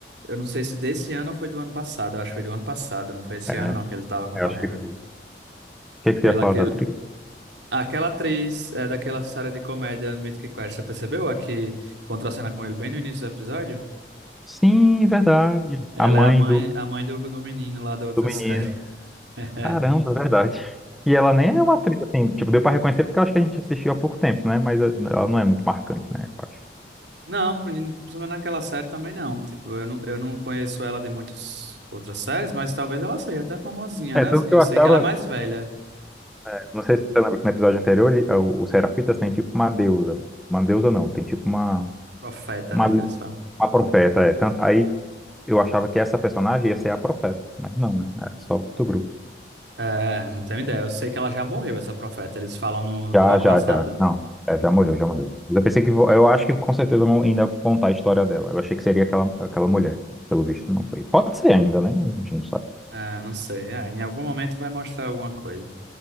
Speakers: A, on the right; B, in the centre.
A: Eu não sei se desse ano ou foi do ano passado, eu acho que foi do ano passado, não foi esse
B: é,
A: ano não que ele tava concorrendo.
B: eu acho que foi. que é que
A: Pela
B: você ia falar
A: aquele,
B: da atriz?
A: aquela atriz é, daquela série de comédia Mythic Quest, você percebeu? A que contracena com ele bem no início do episódio?
B: Sim, verdade.
A: Ela
B: A mãe
A: é a mãe,
B: do,
A: a mãe do, do menino lá da outra
B: do menino.
A: série. <laughs>
B: Caramba, verdade. E ela nem é uma atriz, assim, tipo, deu pra reconhecer porque eu acho que a gente assistiu há pouco tempo, né? Mas eh, ela não é muito marcante, né? Eu acho.
A: Não, prin- principalmente naquela série também não. Tipo, eu não, eu não conheço ela de muitas outras séries, mas talvez ela seja até famosinha,
B: É,
A: né?
B: tanto
A: Assim,
B: que
A: eu
B: eu
A: sei
B: achava,
A: que ela é mais velha.
B: eh, não sei se você lembra que no episódio anterior, ele- eh, o, o Serafitas tem tipo uma deusa. Uma deusa não, tem tipo uma,
A: Profeta,
B: uma,
A: né? Que eles falam.
B: uma profeta, é. Tanto, aí eu achava que essa personagem ia ser a profeta, mas não, né? É só o Tobru.
A: É, não tenho ideia. Eu sei que ela já morreu, essa profeta. Eles falam no episódio
B: Já, já,
A: passado.
B: já. Não, é, já morreu, já morreu. Mas eu pensei que, vo- eu acho que com certeza vão ainda contar a história dela. Eu achei que seria aquela, aquela mulher. Pelo visto, não foi. Pode ser ainda, né? A gente não sabe.
A: É, não sei. É, em algum momento vai mostrar alguma coisa.